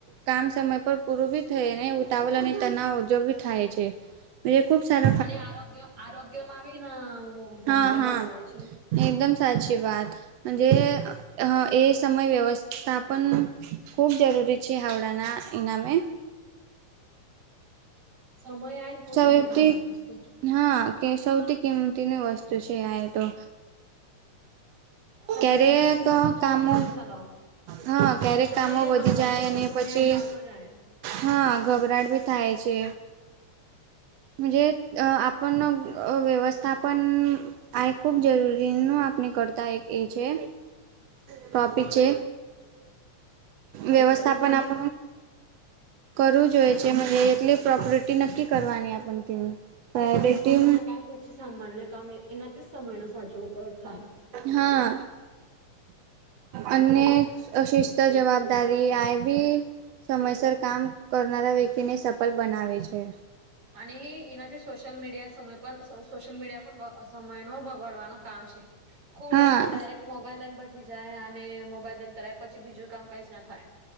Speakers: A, on the right; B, on the right.
A: કામ સમય પર પૂરું ભી થઈ ને ઉતાવળ અને તનાવ ઓજો બી થાય છે.
B: <inaudible>
A: ખબ સાર
B: અને આરોગ્ય આરોગ્યમાં બ ના
A: હા
B: બિગાડ
A: હા
B: આવે છે.
A: એકદમ સાચી વાતજ એ સમ સમય વ્યવસ્થાપન ખૂબ જરૂરી છે હાવડાના ઇનામે
B: સમય આજ મોટી
A: સૌથી
B: મલ્યવાન વસ્તુ
A: હા કે સૌથી કિંમતીની વસ્તુ છે આ તો
B: સમયને
A: ક્યારે
B: મૂકી
A: ક
B: રાખશું તો
A: કામો
B: પછી નહી ચલાવો
A: હા ક્યારેક
B: સમય
A: કામો
B: એ
A: વધી
B: બાંધાવતો
A: જાય અને
B: ને સમય
A: પછી.
B: એ ચાલતો જાય
A: હા ઘબરાટ બી થાય છે. જે આપણ વ્યવસ્થાપન આ ખુબ જરૂરી ન આપને કરતા એક એ છે ટોપિક છે.
B: અને
A: વ્યવસ્થાપન
B: સમય
A: આપ કરું જોય
B: અને
A: છે. એટલી પ્રોપર્ટી નક્કી કરવાની આપ તેની પ્રાયોરિટી
B: કે પહેલા મહત્વના કામ પછી સામાન્ય કામ એનાથી જ સમય નો સાચો ઉપયોગ થાય.
A: હા અન્ય અ શિસ્ત જવાબદારી આ બી સમયસર કામ કરનારા વ્યક્તિને સફળ બનાવે છે.
B: અને એનાથી સોશિયલ મીડિયા સમય પણ સોશિયલ મીડિયા પણ સમય ન બગાડવાનું કામ છે. ખુબ
A: હા
B: લોકો ડાયરેક્ટ મોબાઈલને બ જાય અને મોબાઈલ દેખતા રહે પછી બીજું કામ કઈ ના થાય.